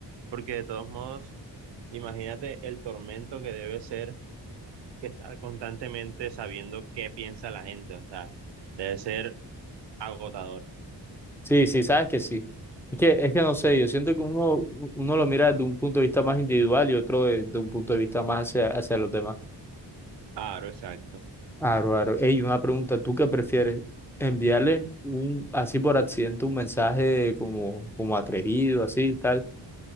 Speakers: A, on the right; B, in the centre.
A: porque de todos modos, imagínate el tormento que debe ser que estar constantemente sabiendo qué piensa la gente, o sea, debe ser agotador.
B: Sí, sí, sabes que sí. Es que, es que no sé, yo siento que uno, uno lo mira desde un punto de vista más individual y otro de, de un punto de vista más hacia, hacia los demás.
A: Claro, exacto.
B: Aro, aro. Ey, una pregunta, ¿tú qué prefieres? ¿Enviarle un, así por accidente un mensaje como, como atrevido, así, tal,